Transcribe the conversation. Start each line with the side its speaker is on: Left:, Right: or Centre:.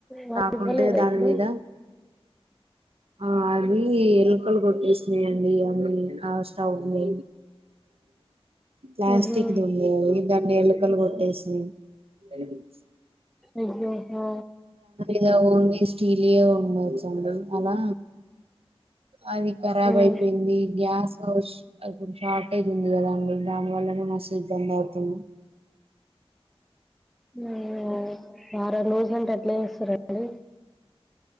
Centre: వాళ్ళు
Right: కాకు
Centre: ఇవ్వలేదా
Right: ఒకే దాని
Centre: ఇప్పుడు
Right: మీద ఆ అది ఎలుకలు కొట్టేసినాయండి అన్నీ ఆ స్టవ్ ని ప్లాస్టిక్ది
Centre: ఉహు
Right: ఉండే దాన్ని ఎలకలు కొట్టేసి <unintelligible>
Centre: అయ్యో హా
Right: ఇగ ఓన్లీ స్టీలీ యే ఉన్నాయి తెల్సండి అలా అది ఖరాబ్
Centre: మ్మ్.
Right: అయిపోయింది గ్యాస్ ఇప్పుడు షార్టేజ్ ఉంది కదా అండి దాని వల్లనే మస్తు ఇబ్బంది అవుతుంది <inaudible>
Centre: ఊ వారం రోజులు అంటే ఎట్ల చేస్తారండి